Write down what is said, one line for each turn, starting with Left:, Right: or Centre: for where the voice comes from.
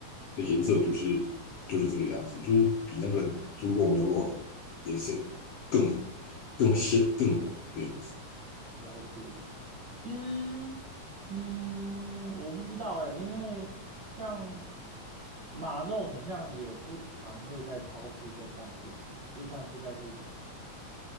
Left: 的颜色就是就是这个样子，就是比那个猪肉、牛肉颜色更更鲜更红这样子。
Right: 了解。其实，嗯，我不知道哎，因为像马肉，很像也不常会在超市被看见，就算是在日本啊